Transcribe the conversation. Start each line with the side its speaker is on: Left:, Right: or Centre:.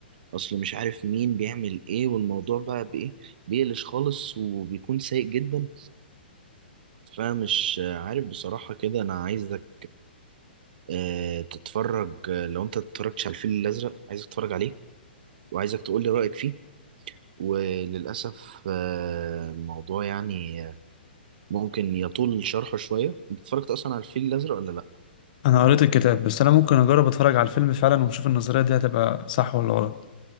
Right: أصل مش عارف مين بيعمل إيه والموضوع بقى بإيه بيقلش خالص وبيكون سيء جدا فمش عارف بصراحة كده أنا عايزك آه، تتفرج آه، لو أنت اتفرجتش على الفيل الأزرق عايزك تتفرج عليه وعايزك تقولي رأيك فيه وللأسف آه، الموضوع يعني ممكن يطول شرحه شوية انت اتفرجت اصلا على الفيل الازرق ولا لا
Left: انا قريت الكتاب بس انا ممكن اجرب اتفرج على الفيلم فعلا ونشوف النظريه دي هتبقى صح ولا غلط